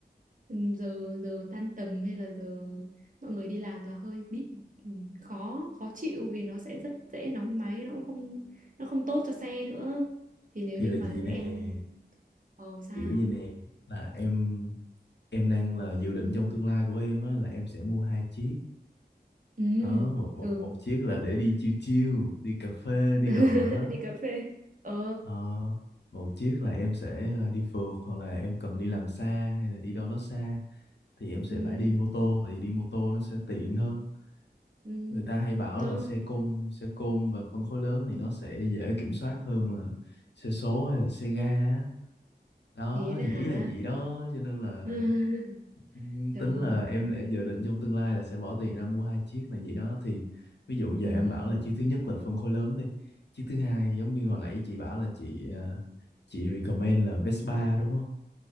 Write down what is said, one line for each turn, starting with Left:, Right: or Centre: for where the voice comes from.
Right: giờ giờ tan tầm hay là giờ mọi người đi làm là hơi bị ừm, khó khó chịu vì nó sẽ rất dễ nóng máy nó cũng không nó không tốt cho xe nữa thì nếu
Left: thì
Right: như
Left: là
Right: mà
Left: gì nè,
Right: em Ồ sao?
Left: kiểu gì nè là em em đang là dự định trong tương lai của em á là em sẽ mua hai chiếc.
Right: Ừ,
Left: Đó, một một
Right: ừ.
Left: một chiếc là để đi chill chill, đi cà phê, đi
Right: <laughs>
Left: đồ đó.
Right: Đi cà phê. Ờ,
Left: Ờ, một chiếc là em sẽ ờ, đi phượt hoặc là em cần đi làm xa hay là đi đâu đó xa. thì em sẽ
Right: ừ,
Left: phải đi mô tô thì đi mô tô nó sẽ tiện hơn
Right: ừ.
Left: người ta hay bảo
Right: Nó
Left: là xe côn xe côn và phân khối lớn thì nó sẽ dễ kiểm soát hơn là xe số hay là xe ga á. đó
Right: thiệt đó
Left: thì ý
Right: hả?
Left: là gì đó cho nên là
Right: <laughs>
Left: ừm,
Right: Trời.
Left: tính là em đã dự định trong tương lai là sẽ bỏ tiền ra mua hai chiếc là gì đó thì ví dụ giờ
Right: Ừ.
Left: em bảo là chiếc thứ nhất là phân khối lớn đi chiếc thứ hai giống như hồi nãy chị bảo là chị ờ, chị recommend là Vespa đúng không